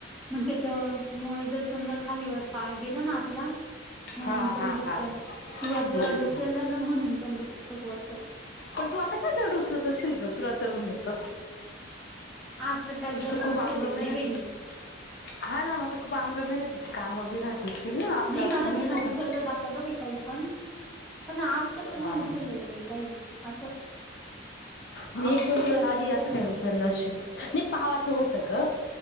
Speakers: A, in the centre; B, on the left.
A: मग त्याच्या मुळे जर समजा खालीवर पाय गेला ना आपला म्हणून
B: हा
A: पण
B: हा
A: दुखत
B: हा
A: किंवा जड
B: बरोबर
A: उचललं ना म्हणून पण दुखत ब असं.
B: पण तू आता काय जड उचलत असशील ग तुला तर म्हणजे अस.
A: आज तर काही जड
B: असं खूप
A: उचललेलं
B: अंगमेहनत
A: नाही बाई
B: आहे
A: मी
B: ना तिच हा ना मां खूप अंगमेहनत तिची कामं बी राहत. घतील ना आपल्या
A: नाही माझ्याकडनं
B: मुलींना
A: उचललं
B: सांग
A: जातं ग बाई काही पण पण आज तर नाही
B: हा
A: उचललेलं मी काही असं
B: मग एक
A: आज उचलण्यासारखं
B: दोन दिवस आधी असं
A: काहीच
B: काही
A: नाही.
B: उचललं असशील नाही पावाचं होत का.?